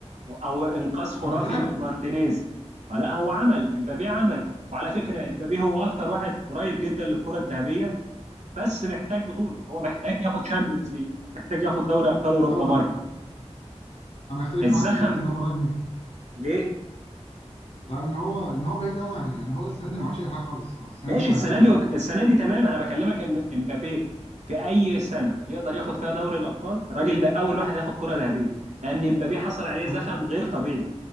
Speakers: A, on the right (about 90°); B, on the left (about 60°).
A: او انقاذ خرافي
B: انا فاهم
A: من مارتينيز فلا هو عمل مبابي عمل وعلى فكره مبابي هو اكتر واحد قريب جدا للكره الذهبيه بس محتاج بطوله هو محتاج ياخد شامبيونز ليج محتاج ياخد دوري ابطال اوروبا
B: لا لا
A: مره
B: لا انا اختلف
A: الزخم
B: معاك في حته ان هو قريب
A: ليه
B: لا ان هو ان هو بعيد قوي عن، يعني هو السنه دي ما عملش اي حاجه خالص يعني هو السنه
A: ماشي
B: دي ما
A: السنه دي السنه دي تمام انا بكلمك ان امبابي في اي سنه يقدر ياخد فيها دوري الابطال الراجل ده اول واحد هياخد كره ذهبيه لان امبابي حصل عليه زخم
B: هو
A: غير طبيعي